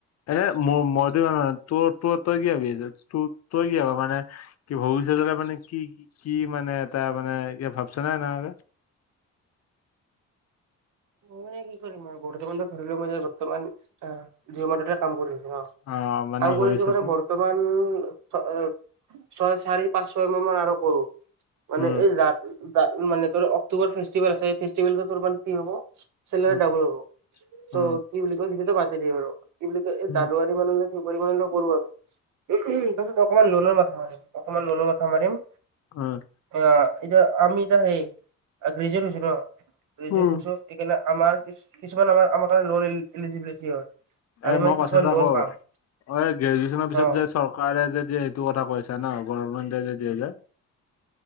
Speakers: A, on the left; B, on the right.
A: এনে মোৰ মইটো তোৰ- তোৰ তই কি ভাবি আছা তোৰ তই কি ভাবি আছা মানে কি ভৱিষ্যতৰে মানে কি? কি মানে এটা মানে ই ভাবছ নে এনেকে।
B: মোৰ কি কৰিম <unintelligible> আৰু বৰ্তমান ত ধৰিলো মই বৰ্তমান। অ', জিম মাৰতে কাম কৰি আছো ন-
A: অ মানে
B: কাম
A: ভৱিষ্যতে
B: কৰিছো মানে ঘৰত বৰ্তমান ছয় চাৰি পাঁচ ছয় মান আৰু কৰো। মানে
A: উম
B: এই মানে তোৰ অক্টোবৰ ফেষ্টিভেল আছে ফেষ্টিভেল তোৰ মান কি হ'ব। চেলাৰী
A: উম
B: ডোবোল হ'ব
A: উম
B: তৌ কি বুলি কয় সেইটো পাতি দে বাৰু। কি বুলি এই
A: উম
B: জানুৱাৰী মানে ফেব্ৰুৱাৰী মানে কৰো আৰু। উম তাৰপিছত অকণমান লোনৰ মাথা মাৰিম অকনমান লোনৰ মাথা মাৰিম।
A: উম',
B: অ', এতিয়া আমি এতিয়া সেই গ্ৰেজুয়েট হৈছো ৰ গ্ৰেজয়েট
A: উম
B: হৈছো। সেইকাৰণে আমাৰ কিছুমান আমাৰ- আমাৰ কাৰণে লোন এলিজিবিলিটি হয়।
A: এ
B: আমি
A: মই
B: মানে
A: কথা
B: কিছুমান
A: এটা
B: লোন
A: ক অ',
B: পাম
A: গ্ৰেজুৱেশ্যনৰ পিছত
B: অ
A: যে- চৰকাৰী চৰকাৰে যদি সেইটো কথা কৈছা ন- গভৰ্মেন্টে দাই দিয়ে যে।